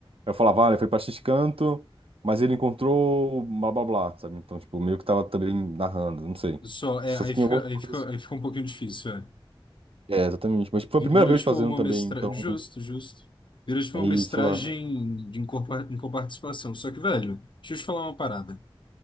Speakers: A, on the right (about 80°); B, on the left (about 60°).
A: Eu falava, ah, ele foi pra X canto, mas ele encontrou blá blá blá, sabe? Então, tipo, meio que tava também narrando, não sei.
B: Só, é,
A: Só
B: aí
A: tinha
B: fica,
A: algumas
B: aí
A: coisas.
B: fica, aí fica um pouquinho difícil, é.
A: É, exatamente. Mas tipo, foi
B: Virou
A: a primeira vez
B: tipo
A: fazendo
B: uma
A: também,
B: mestragem.
A: então,
B: Justo, justo. Virou tipo
A: aí,
B: uma mestragem
A: sei lá.
B: de incorpora- em coparticipação. Só que, velho, deixa eu te falar uma parada.